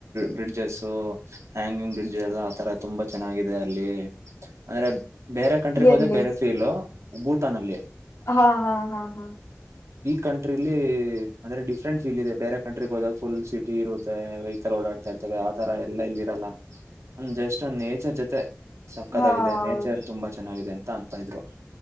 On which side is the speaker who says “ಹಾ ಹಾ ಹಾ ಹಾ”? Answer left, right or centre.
Left